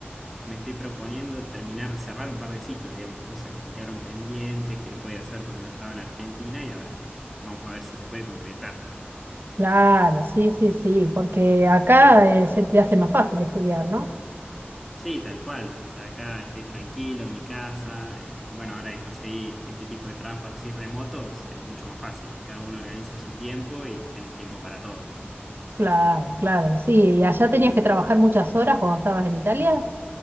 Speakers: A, in the centre; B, on the right.
A: Me estoy proponiendo terminar, cerrar un par de ciclos, digamos, cosas que me quedaron pendientes, que no podía hacer porque no estaba en Argentina y ahora vamos a ver si se puede concretar.
B: Claro, sí, sí, sí, porque acá eh, se te hace más fácil estudiar, ¿no?
A: Sí, tal cual. O sea, acá estoy tranquilo en mi casa. eh, bueno, ahora que conseguí este tipo de trabajos así remotos, es mucho más fácil. Cada uno organiza su tiempo y tenés tiempo para todo.
B: Claro, claro, sí. ¿Y allá tenías que trabajar muchas horas cuando estabas en Italia?